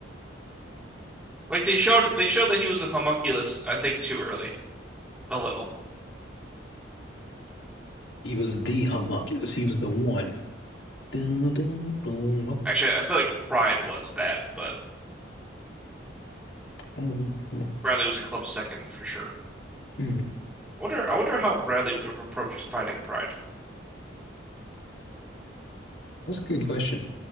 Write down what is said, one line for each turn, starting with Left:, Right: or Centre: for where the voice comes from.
Centre: Like they showed they showed that he was a homunculus, I think, too early. A little.
Left: He was the homunculus. He was the one. Dun, dun, dun, dun,
Centre: Actually, I feel like Pride was that, but
Left: dun, dun.
Centre: Bradley was a close second for sure.
Left: Hmm.
Centre: I wonder I wonder how Bradley would have approached fighting Pride.
Left: That's a good question.